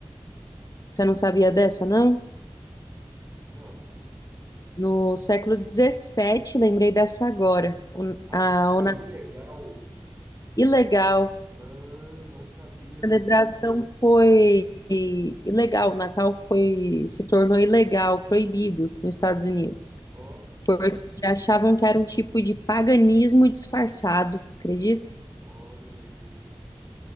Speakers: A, on the left; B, on the right.
A: Você não sabia dessa, não?
B: Não.
A: No século XVII, lembrei dessa agora. O,
B: Ah,
A: a,
B: já foi
A: o, na-
B: ilegal?
A: ilegal.
B: Ah, não sabia.
A: celebração foi ilegal, o Natal foi, se tornou ilegal, proibido nos Estados Unidos,
B: Ó,
A: porque achavam que era um tipo de paganismo disfarçado, acredita?
B: olha isso.